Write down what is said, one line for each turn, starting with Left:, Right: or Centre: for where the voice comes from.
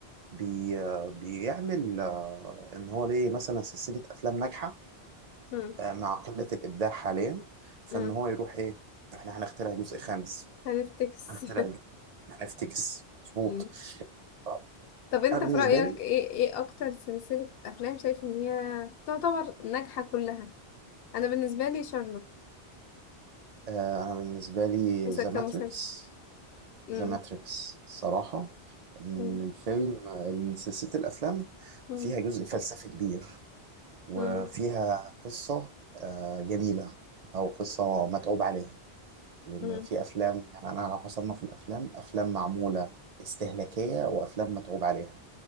Right: بي بيعمل آه، ان هو ليه مثلا سلسله افلام ناجحه
Left: مم.
Right: آه، مع قله الابداع حاليا فان
Left: مم.
Right: هو يروح ايه احنا هنخترع جزء خامس
Left: هنفتكس
Right: هنخترع ج- هنفتكس مظبوط
Left: <laughs>
Right: آه،
Left: طب انت
Right: انا بالنسبه
Left: في رأيك
Right: لي
Left: ايه ايه اكتر سلسلة افلام شايف ان هي تعتبر ناجحة كلها انا بالنسبة لي شارلوك
Right: آه، انا بالنسبه لي
Left: مسلسل
Right: ذا
Left: كمسلسل
Right: ماتريكس
Left: امم
Right: ذا ماتريكس صراحه ان
Left: امم
Right: الفيلم ان سلسله الافلام
Left: امم
Right: فيها جزء فلسفي كبير وفيها
Left: امم
Right: قصه آه، جميله او قصه متعوب عليها لأن
Left: امم
Right: في أفلام يعني أنا لو حصلنا في الأفلام أفلام معمولة استهلاكية وأفلام متعوب عليها